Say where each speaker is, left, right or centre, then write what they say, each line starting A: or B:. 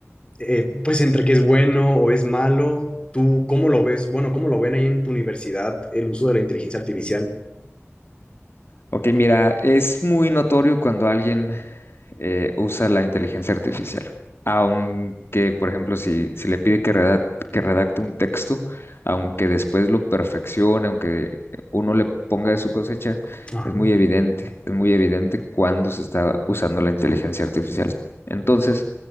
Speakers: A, on the left (about 20°); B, on the left (about 55°).
A: eh, pues entre que es bueno o es malo, ¿tú cómo lo ves? Bueno, ¿cómo lo ven ahí en tu universidad el uso de la inteligencia artificial?
B: Ok, mira, es muy notorio cuando alguien eh, usa la inteligencia artificial. Aunque, por ejemplo, si, si le pide que redac- que redacte un texto, aunque después lo perfeccione, aunque uno le ponga de su cosecha,
A: Ajá,
B: es muy evidente, es muy evidente cuando se está usando la inteligencia artificial. Entonces,